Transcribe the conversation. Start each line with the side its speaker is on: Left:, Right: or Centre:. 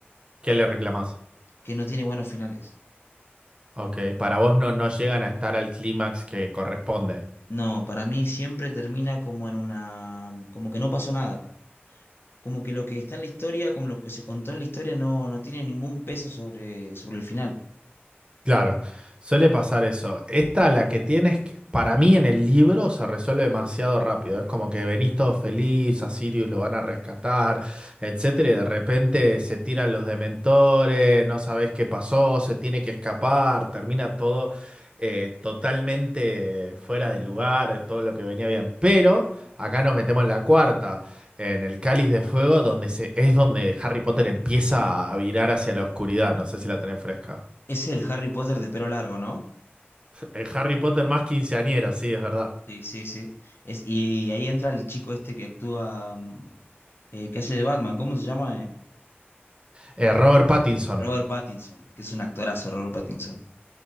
Right: ¿qué le reclamás?
Left: que no tiene buenos finales.
Right: Ok, para vos no, no llegan a estar al clímax que corresponde.
Left: No, para mí siempre termina como en una, como que no pasó nada. Como que lo que está en la historia, como lo que se contó en la historia, no, no tiene ningún peso sobre, sobre el final.
Right: Claro, suele pasar eso. Esta, la que tienes, que- para mí en el libro se resuelve demasiado rápido. Es como que venís todo feliz, a Sirius lo van a rescatar, etcétera, y de repente se tiran los dementores, no sabés qué pasó, se tiene que escapar, termina todo eh, totalmente fuera de lugar, todo lo que venía bien. Pero acá nos metemos en la cuarta, en el Cáliz de Fuego, donde se, es donde Harry Potter empieza a virar hacia la oscuridad. No sé si la tenés fresca.
Left: Es el Harry Potter de pelo largo, ¿no?
Right: El Harry Potter más quinceañero, sí, es verdad.
Left: Sí, sí, sí. Es, y ahí entra el chico este que actúa, mm, eh, que hace de Batman, ¿cómo se llama? Eh,
Right: Eh, Robert Pattinson.
Left: Robert Pattinson, que es un actorazo, Robert Pattinson.